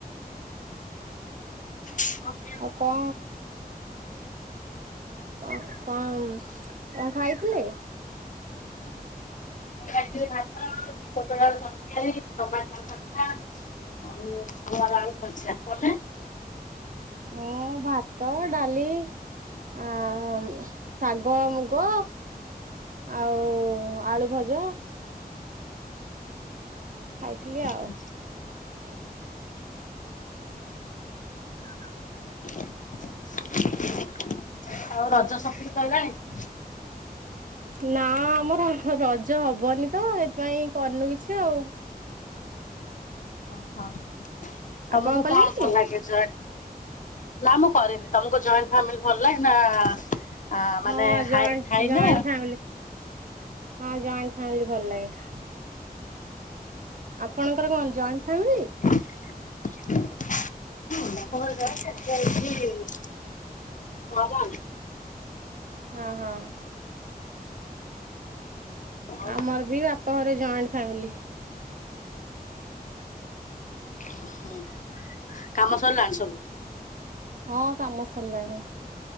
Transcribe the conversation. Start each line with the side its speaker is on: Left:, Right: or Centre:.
Left: <unintelligible>
Right: ଆଉ କଅଁ। କଅଁ କଅଁ କଅଁ ଖାଇଥିଲେ?
Left: ମୁଁ ଖାଇଥିଲି ଭାତ ପୋଟଳ ଆଳୁ ତରକାରୀ ଟମାଟ ଖଟା। ଆଉ ଗୁଆଁର ଆଳୁ ଭଜା ପଲେ?
Right: ମୁଁ ଭାତ ଡାଲି। ଆ ଆ ମ ଶାଗ ମୁଗ। ଆଉ ଆଳୁ ଭଜା। ଖାଇଥିଲି
Left: ଓହୋ।
Right: ଆଉ। <inaudible>
Left: ଆଉ ରଜ ସପିଙ୍ଗ୍ ସଇଲାଣି?
Right: ନା ଆମର ରଜ ହବନି ତ ଏଥିପାଇଁ କରିନୁ କିଛି ଆଉ।
Left: ଓହୋ ତମକୁ
Right: ଆପଣ କଲେଣି?
Left: କଣ ଭଲ ଲାଗେ ଯଏ? ନା ମୁଁ କରିନି ତମକୁ ଜଏଣ୍ଟ ଫ୍ୟାମିଲି ଭଲ ଲାଗେ ନା ଆ ମାନେ
Right: ହଁ ଜଏଣ୍ଟ
Left: ହାଇ ହାଇ
Right: ଜଏଣ୍ଟ
Left: ନା
Right: ଫ୍ୟାମିଲି। ହଁ ଜଏଣ୍ଟ ଫ୍ୟାମିଲି ଭଲ ଲାଗେ। ଆପଣଙ୍କର କଣ ଜଏଣ୍ଟ ଫ୍ୟାମିଲି?
Left: <unintelligible> କ ହନି।
Right: ହଁ ହଁ।
Left: ଆଉ
Right: ଆମର ବି ବାପ ଘରେ ଜଏଣ୍ଟ ଫ୍ୟାମିଲି।
Left: ଓହୋ କାମ ସରିଲାଣି ସବୁ?
Right: ହଁ କାମ ସରିଲାଣି